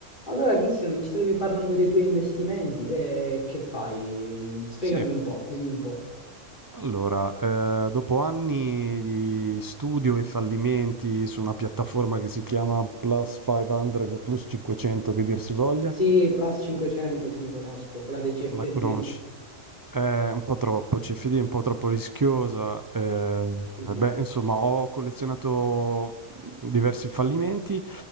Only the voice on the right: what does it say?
Sì,
allora, eh, dopo anni di studio e fallimenti su una piattaforma che si chiama Plus 500 o Plus 500, che dir si voglia,
La conosci? È un po' troppo, CFD è un po' troppo rischiosa. ehm,
eh,
beh, insomma, ho collezionato mhmm, diversi fallimenti.